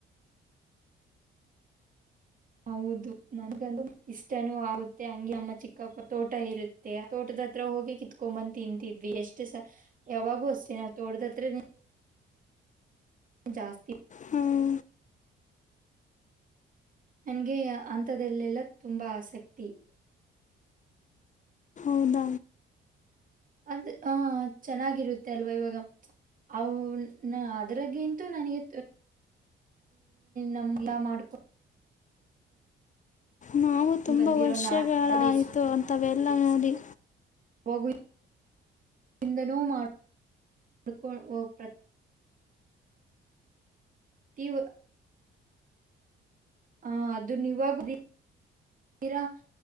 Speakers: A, on the right; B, on the left.
A: ಹೌದು ನನ್ಗ ಇಷ್ಟನೂ ಆಗುತ್ತೆ ಹಂಗಗೆ ಅಮ್ಮ ಚಿಕ್ಕಪ್ಪ ತೋಟ ಇರುತ್ತೆ ತೋಟದತ್ರ ಹೋಗಿ ಕಿತ್ಕೊಂಬಂದ್ ತಿಂತಿದ್ವಿ ಎಷ್ಟು ಸ ಯಾವಾಗೂ ಅಷ್ಟೇ ನಾವ್ ತೋಟದತ್ರ ಜಾಸ್ತಿ
B: ಹಾಂ
A: ನನ್ಗೆ ಹಂತದಲ್ಲೆಲ್ಲ ತುಂಬ ಆಸಕ್ತಿ
B: ಹೌದ
A: ಅದ್ ಹ ಚೆನ್ನಾಗಿರುತ್ತೆ ಅಲ್ವಾ ಇವಾಗ ಅವ್ ನ ಅದ್ರಗ್ಂತೂ ನನಗೆ ನಮ್ಮಲ್ಲ ಮಾಡ್ಕೊಂಡ
B: ನಾವು ತುಂಬ
A: ಬಂದಿರೋ
B: ವರ್ಷಗಳಾಯಿತು
A: ನಾಟಕ ಅಂದ್ರೆ
B: ಅಂಥವೆಲ್ಲ ನೋಡಿ
A: ಹೋಗು ಇಿಂದನೂ ಮಾಡಕುವ <unintelligible> <inaudible> ಹ ಅದುನಾ ಇವಗ್ಲು ತೀರಾ